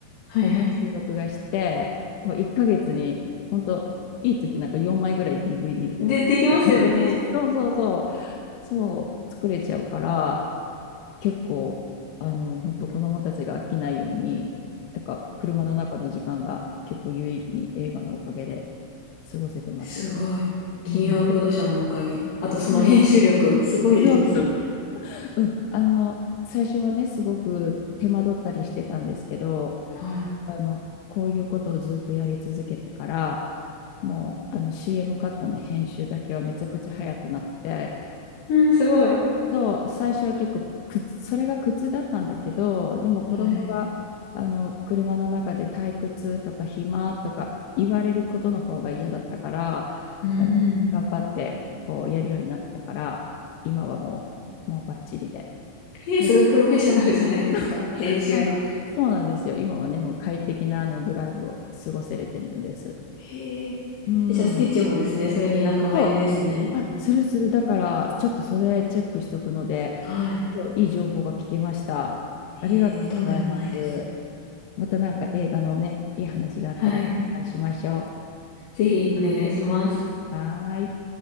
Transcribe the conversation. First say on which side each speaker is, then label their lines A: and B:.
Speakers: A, on the left; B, on the left.
A: はいはい。
B: もう毎週録画して、もう1ヶ月に、本当いい時なんか4枚ぐらい DVD
A: で、
B: 作れちゃうんです。
A: できますよね。
B: <laughs> そうそうそう。そう、作れちゃうから、結構、あの、本当子供たちが飽きないように、なんか車の中の時間が結構有意義に映画のおかげで
A: うん
B: 過ごせてますよね。
A: すごい。金曜ロードショーのおかげ。
B: うん。
A: あとその編集力、
B: そ
A: すごいです。
B: う。そうそう。うん。あの、最初はね、すごく手間取ったりしてたんですけど、
A: はい。
B: あの、こういうことをずっとやり続けてから、もうあの CM カットの編集だけはめちゃくちゃ早くなって、
A: うん、すごい。
B: そう、最初は結構苦それが苦痛だったんだけど、でも子供があの車の中で退屈とか暇とか言われることの方が嫌だったから、
A: はい。うんうん。
B: あの頑張ってこうやるようになったから、今はもう、もうバッチリで。
A: えー、
B: 書いて
A: すごいプロフェッショナルじゃないですか。
B: <laughs> そうかそうなんですよ。
A: 編集の。
B: 今はね、もう快適なあのドライブを過ごせれてるんです。
A: へえ。
B: うん。
A: えじゃあ、スティッチもですね、それに仲間入りですね。
B: そう。あ、するする。だから、ちょっとそれチェックしとくので、
A: はい。
B: いい情報が聞けました。ありがとうございます。
A: えー、とんでもないです。
B: またなんか映画のね、いい話があったら交換しましょ
A: はい。ぜひ、お願いします。
B: う。はーい。